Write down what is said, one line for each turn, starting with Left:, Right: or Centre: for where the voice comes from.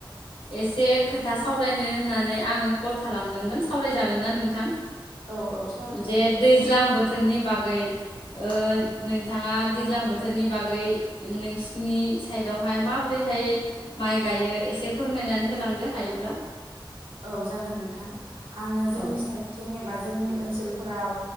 Left: एसे खोथा सावरायनो होननानै आङो कल खालामदोंमोन सावरायजागोन ना नोंथां?
Right: औ औ सावराय जागोन
Left: जे दैज्लां बोथोरनि बागै ओ नोंथाङा दैज्लां बोथोरनि बागै नोंसि नि साइदावहाय माबोरैहाय माइ गायो एसे फोरमायनानै होलांदो हायोब्ला
Right: औ जागोन नों थां आंयो जोंनि
Left: औ
Right: साइडथिं एबा जोंनि ओनसोल फोराव